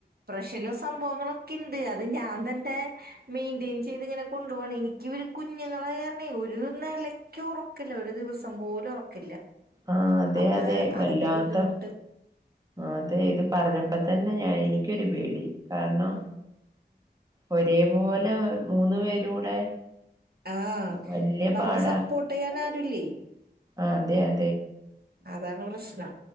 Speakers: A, on the right; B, on the right.
A: പ്രശ്നോം സംഭവങ്ങളൊക്കെ ണ്ട് അത് ഞാൻ തന്നെ മെയിന്റയിൻ ചെയ്ത് ഇങ്ങനെ കൊണ്ടു പോവാണ് എനിക്ക് കുഞ്ഞുങ്ങളായ കാരണെ ഒരു നെലക്ക് ഉറക്കില്ല ഒരു ദിവസം പോലും ഉറക്കില്ല
B: ആഹ് അതെ
A: അപ്പൊ
B: അതെ വല്ലാത്ത
A: അതിന്റെ ബുദ്ധിമുട്ട്
B: അതെ ഇത് പറഞ്ഞപ്പോ തന്നെ ഞാൻ എനിക്കൊരു പേടി കാരണം ഒരേപോലെ മൂന്ന് പേരും കൂടെ
A: ആ
B: വലിയ
A: നമ്മളെ
B: പാടാ
A: സപ്പോർട്ട് ചെയ്യാൻ ആരുല്ലേ
B: അതെ അതെ
A: അതാണ് പ്രശ്നം